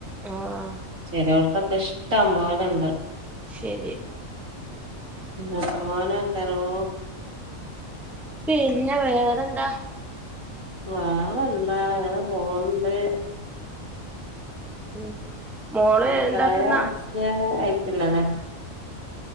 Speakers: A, in the centre; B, on the right (about 85°).
A: ആഹ്
B: ചെലോടത്തൊ ഇഷ്ടംപോലുണ്ട്
A: ശെരി
B: എത്രതോനെവെക്കാലോ
A: പിന്നെ വേറെന്താ
B: വേറെന്താ അങ്ങനെപോണ്ട്
A: ഉം മോള്
B: അവിടെ
A: എന്താക്കുന്നാ
B: ചായകുടിക്കാൻ ആയിട്ടില്ലല്ലെ